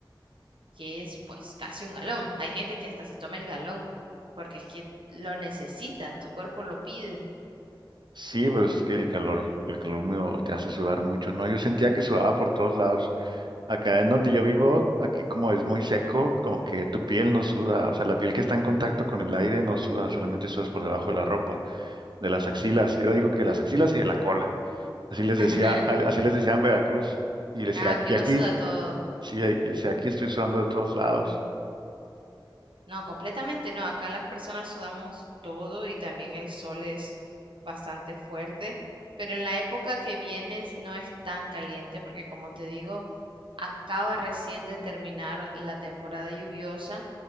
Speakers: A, on the right; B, on the right.
A: que es pues casi un galón. Hay gente que hasta se toma el galón, porque es que lo necesitas, tu cuerpo lo pide.
B: Sí, pues es que el calor, el calor húmedo te hace sudar mucho, ¿no? Yo sentía que sudaba por todos lados. Acá en donde yo vivo, aquí como es muy seco, como que tu piel no suda, o sea, la piel que está en contacto con el aire no suda, solamente sudas por debajo de la ropa, de las axilas. Yo digo que las axilas y de la cola. Así
A: <laughs>
B: les decía, al- así les decía en Veracruz. Y decía,
A: Nada, que
B: y
A: uno
B: aquí,
A: suda todo.
B: sí, y decía, aquí estoy sudando de todos lados.
A: No, completamente no. Acá las personas sudamos todo y también el sol es bastante fuerte, pero en la época que vienes no es tan caliente porque como te digo, acaba recién de terminar la temporada lluviosa